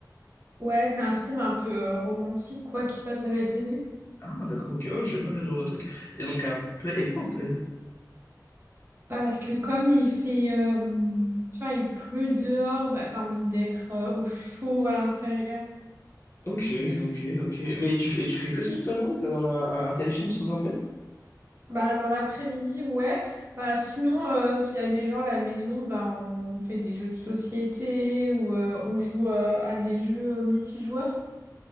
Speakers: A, on the right; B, on the left.
A: Ouais, t'as un film un peu euh, romantique quoi qui passe à la télé.
B: Ah, d'accord, ok. Oh, j'aime bien ce genre de truc. Et donc, un plaid. Et pourquoi un plaid?
A: Bah parce que comme il fait, euh, tu vois, il pleut dehors, bah t'as envie d'être euh, au chaud à l'intérieur.
B: Ok, ok, ok. Mais tu, et tu fais que ça toute ta journée? Tu regardes un, un- un téléfilm sous un plaid?
A: Bah dans l'après-midi, ouais. Bah sinon, euh, s'il y a des gens à la maison, bah on fait des jeux de société ou euh, on joue euh, à des jeux euh, multijoueurs.